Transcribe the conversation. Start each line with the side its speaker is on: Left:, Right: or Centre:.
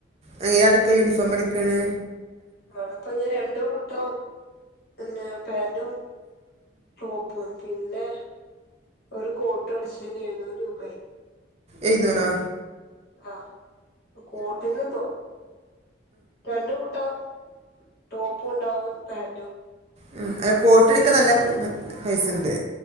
Right: അങ്ങനെയാ അടുക്ക യൂണിഫോം അടിക്കണ്
Left: അവ്ടെ അപ്പം ഞാൻ രണ്ടും കൂട്ടവും പിന്നെ പാൻറും ടോപ്പും പിന്നെ ഒരു കോട്ട് അടിച്ചെന് എഴുന്നൂറ് രൂപായി
Right: എഴ്നൂറാ
Left: ആ കോട്ടെന്ന് ന്തോ രണ്ട് കോട്ടാ ടോപ്പും ഉണ്ടാവും പാന്റും
Right: ഉ അത് കോട്ട്ടിക്ക നല്ല പൈസുണ്ട്